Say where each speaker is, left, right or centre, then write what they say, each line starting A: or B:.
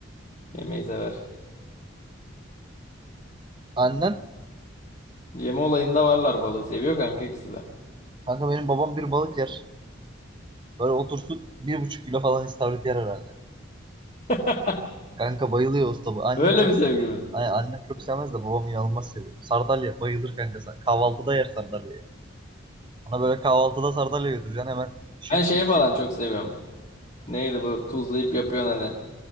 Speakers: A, on the left (about 35°); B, on the right (about 25°).
A: Yemeği sever.
B: Annen
A: Yeme olayında varlar balığı. Seviyor kanka ikisi de.
B: kanka benim babam bir balık yer. Böyle otursun bir buçuk kilo falan istavrit yer herhalde.
A: <laughs>
B: Kanka bayılıyor usta bu. Annem
A: Öyle
B: çok
A: bir sevgi mi?
B: Ay, annem çok sevmez de babam inanılmaz seviyor. Sardalya bayılır kanka. Sa- Kahvaltıda yer sardalyayı. Ona böyle kahvaltıda sardalya götüreceksin hemen şık
A: Ben şeyi
B: şık
A: falan
B: şık.
A: çok seviyorum. Neydi bu tuzlayıp yapıyorsun hani.